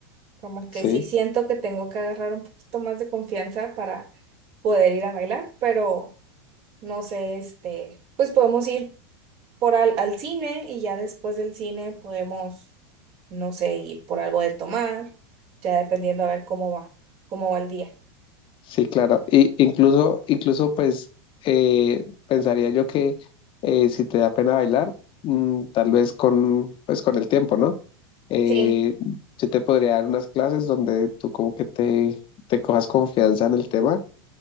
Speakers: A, on the right; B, on the left.
A: Como que
B: Sí.
A: sí siento que tengo que agarrar un poquito más de confianza para poder ir a bailar, pero no sé, este, pues podemos ir. por al, al cine y ya después del cine podemos, no sé, ir por algo de tomar, ya dependiendo a ver cómo va, cómo va el día.
B: Sí, claro. Y incluso, incluso pues eh, pensaría yo que eh, si te da pena bailar, mm, tal vez con, pues, con el tiempo, ¿no? Eh,
A: Sí,
B: yo te podría dar unas clases donde tú como que te, te cojas confianza en el tema.